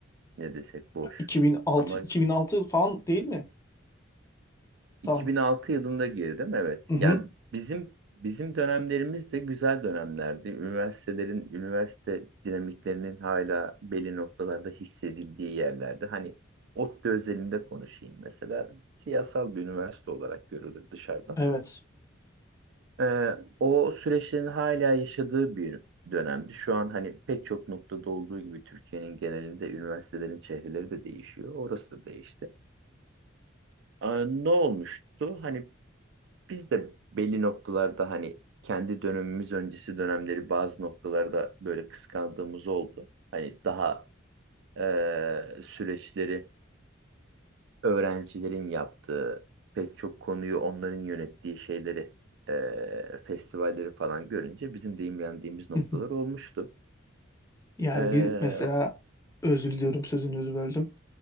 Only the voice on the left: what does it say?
2006
2006 falan değil mi? Tam.
Hı hı.
Evet.
<laughs>
Yani
bir mesela özür diliyorum sözünüzü böldüm.